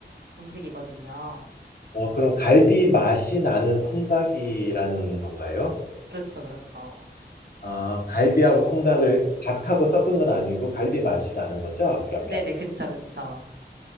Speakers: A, on the right (about 65°); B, on the left (about 55°).
A: 음식이거든요.
B: 어, 그럼 갈비 맛이 나는 통닭이라는 건가요?
A: 그렇죠, 그렇죠.
B: 아, 갈비하고 통닭을 닭하고 섞은 건 아니고 갈비 맛이 나는 거죠? 그러면.
A: 네네, 그쵸, 그쵸.